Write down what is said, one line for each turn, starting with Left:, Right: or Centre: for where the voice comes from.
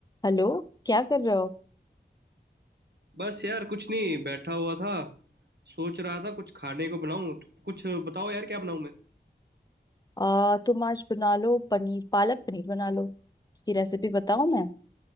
Left: Hello क्या कर रहे हो
Right: बस यार कुछ नहीं बैठा हुआ था सोच रहा था कुछ खाने को बनाऊं तो कुछ बताओ यार क्या बनाऊं मैं
Left: आ, तुम आज बना लो पनीर पालक पनीर बना लो उसकी रेसिपी बताऊं मैं